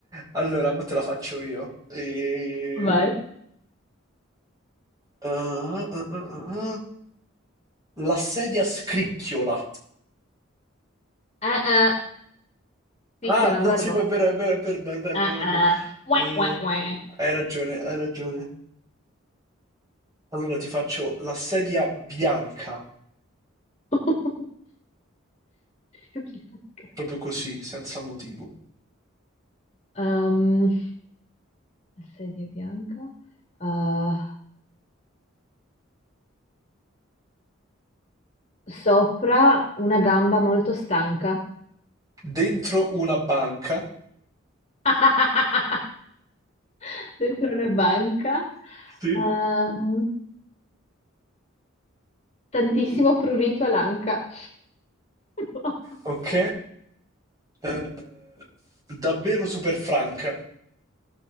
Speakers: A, on the right; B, on the left.
A: Allora, mo te la faccio io. E...
B: Vai.
A: ah, ah, ah, ah. La sedia scricchiola.
B: Eh, eh. Picchio
A: Ah,
B: è
A: non
B: un verbo.
A: si può, è vero, è vero, è vero, è vero, è
B: Eh,
A: vero, è vero.
B: eh. Uè,
A: Eh,
B: uè, uè.
A: hai ragione, hai ragione. Allora ti faccio la sedia bianca,
B: <laughs> Serie bianca.
A: proprio così, senza motivo.
B: Ehm, serie bianca. Eh, sopra una gamba molto stanca.
A: Dentro una banca,
B: <laughs> Dentro una banca.
A: Sì.
B: Ehm, tantissimo prurito all'anca. <laughs>
A: ok? Eh, davvero super franca.